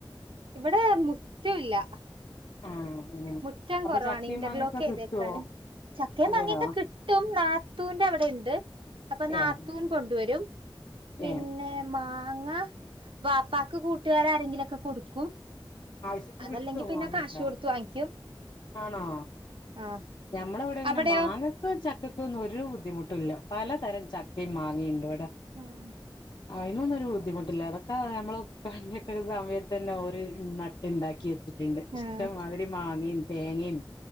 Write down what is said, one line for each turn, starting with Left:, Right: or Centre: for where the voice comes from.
Right: ഇവിടെ മുറ്റമില്ല
Left: ആഹ് ഉം
Right: മുറ്റം
Left: അപ്പൊ
Right: കുറവാണ്
Left: ചക്കയും
Right: ഇന്റർലോക്ക്
Left: മാങ്ങയൊക്കെ
Right: ചെയ്തെ.
Left: കിട്ടുവോ
Right: ക്കെയാണ് ചക്കയും
Left: അതെയോ
Right: മാങ്ങയൊക്കെ കിട്ടും നാത്തൂന്റെ അവിടെ ഉണ്ട് അപ്പൊ നാത്തൂൻ
Left: ഏഹ്
Right: കൊണ്ടുവരും പിന്നെ
Left: ഏഹ്
Right: മാ അങ്ങാ പാപ്പാക്ക് കൂട്ടുകാര് ആരെങ്കിലുമൊക്കെ കൊടുക്കും
Left: ആവശ്യത്ത്
Right: അതല്ലെങ്കിൽ
Left: കിട്ടുമോ
Right: പിന്നെ
Left: മാങ്ങയിട്ട
Right: കാശ് കൊടുത്ത് വാങ്ങിക്കും
Left: ആണോ
Right: ആ
Left: ഞമ്മടെ ഇവിടെ പിന്നെ
Right: അവിടെയോ
Left: മാങ്ങക്കും ചക്കക്കും ഒരു ബുദ്ധിമുട്ടില്ല പലതരം ചക്കയും മാങ്ങയുമുണ്ട്
Right: ആഹ്
Left: അതിനൊന്നും ഒരു ബുദ്ധിമുട്ടില്ല അതൊക്കെ നമ്മള് ഒരു സമയത്തൊക്കെ ഒരു സമയത്ത് തന്നെ ഓര് നട്ട് ഉണ്ടാക്കി നട്ടിട്ടുണ്ട്
Right: ഉം
Left: ഇഷ്ടംമാതിരി മാങ്ങയും തേങ്ങയും